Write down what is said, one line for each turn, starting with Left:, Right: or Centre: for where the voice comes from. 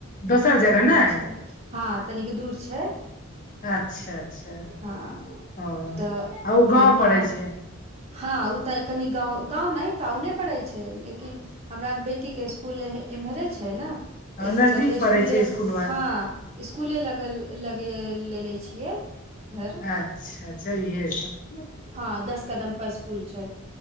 Left: दोसर जगह
Right: रहै
Left: नहि
Right: छियै हँ तनिक दूर छै
Left: अच्छा अच्छा
Right: हँ
Left: ओ
Right: तऽ
Left: आ ओ गाँव
Right: मेहमान
Left: पड़ै छै
Right: हँ उ तऽ कनीक गाँव गाँव नहि टाउने पड़ैत छै लेकिन हमरा बेटी के स्कूल एम्हरे छै ने तहि
Left: आ नजदीक
Right: चलते स्कूले
Left: पड़ै छै स्कुलबा
Right: हँ स्कूले लगल लगे लेे ले छियै घर
Left: अच्छा अच्छा जैहे तऽ
Right: हँ दस कदम पर स्कूल छै